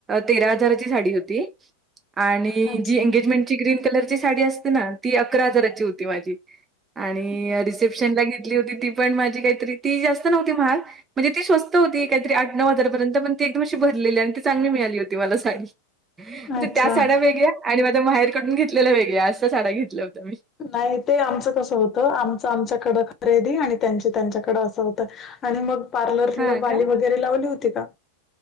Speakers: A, on the right; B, on the left.
A: तेरा हजाराची साडी होती आणि
B: अच्छा.
A: जी एंगेजमेंटची ग्रीन कलरची साडी असते ना ती अकरा हजाराची होती माझी आणि
B: हं,
A: रिसेप्शन ला घेतली होती ती पण माझी काहीतरी ती जास्त नव्हती महाग म्हणजे ती स्वस्त होती काहीतरी आठ नऊ हजारपर्यंत पण ती एकदम अशी भरलेली आणि ती चांगली मिळाली होती मला साडी म्हणे
B: हं. अच्छा.
A: त्या साड्या वेगळ्या आणि माझ्या माहेर कढून घेतलेल्या वेगळ्या असा साड्या घेतल्या होत्या मी
B: नाही ते आमचं कसं होतं आमचं आमच्याकडं खरेदी आणि त्यांची त्यांच्याकडं असं होतं आणि मग पार्लरला
A: हां
B: बाली
A: का?
B: वगैरे लावली होती का